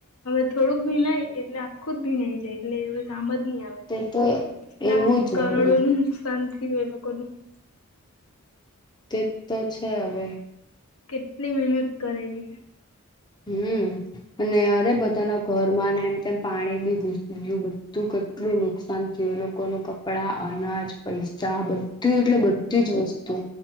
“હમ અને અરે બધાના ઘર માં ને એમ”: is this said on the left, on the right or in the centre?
Left